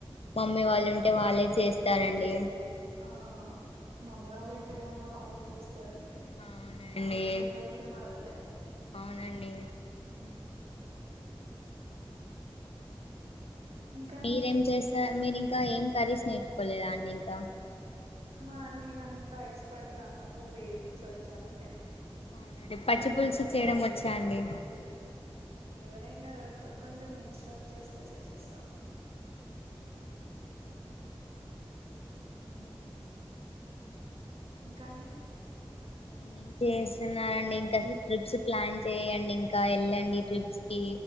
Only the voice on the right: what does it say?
ఆ మమ్మీ వాళ్ళుంటే ఎలా ఐనా వాళ్ళ్ జేస్ సరండి,
లేగ లేనప్పుడే మనం దేయాలి.
హు ఇంకా అండి?
ఆ మాన్నె <unintelligible> ఎక్స్పర్ట్ గా నాకు బేసిక్స్ వచ్చు అంతే అండి.
మీ
అంత
కాదు.
రైన నాకొక కొంచెం ఇన్స్ట్రక్ట్ చేస్తే చేసేస్స హు ఇంకా అండి.